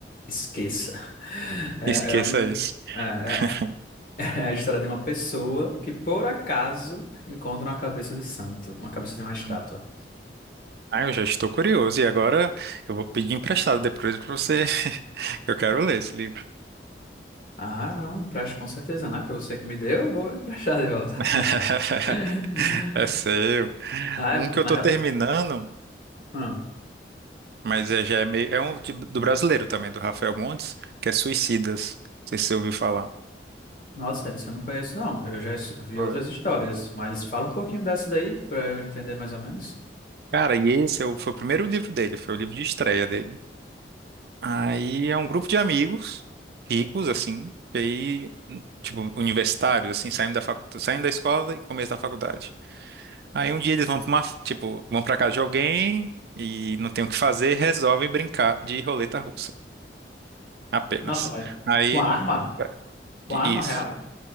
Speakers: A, on the left; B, on the right.
A: Esqueça. <laughs> É,
B: Esqueça
A: é, um-
B: isso.
A: é-
B: <laughs>
A: é- é a história de uma pessoa que, por acaso, encontra uma cabeça de santo, uma cabeça de uma estátua.
B: Uhum. Ah, eu já estou curioso. E agora eu vou pedir emprestado depois para você. <laughs> que Eu quero ler esse livro.
A: Ah, não, empresto com certeza, né? Foi você que me deu, eu vou <laughs> emprestar de volta.
B: <laughs>
A: <laughs>
B: É seu.
A: Ah,
B: Um
A: é, mas
B: que eu estou terminando,
A: Ah,
B: mas é, já é meio. É um de- do brasileiro também, do Rafael Montes, que é Suicidas. Não sei se você ouviu falar.
A: nossa, isso eu não conheço, não. Eu já es- vi
B: Foi.
A: outras histórias, mas fala um pouquinho dessa daí para eu entender mais ou menos.
B: Cara, e esse é o- foi o primeiro livro dele, foi o livro de estreia dele. Aí é um grupo de amigos ricos, assim, e aí, hum, tipo, universitários, assim, saindo da facu... saindo da escola e começo da faculdade. Aí um dia eles vão pra uma, f- tipo, vão pra casa de alguém e não tem o que fazer, resolvem brincar de roleta russa, apenas.
A: Nossa, mas
B: Aí,
A: com a arma?
B: é,
A: Com a
B: isso,
A: arma real?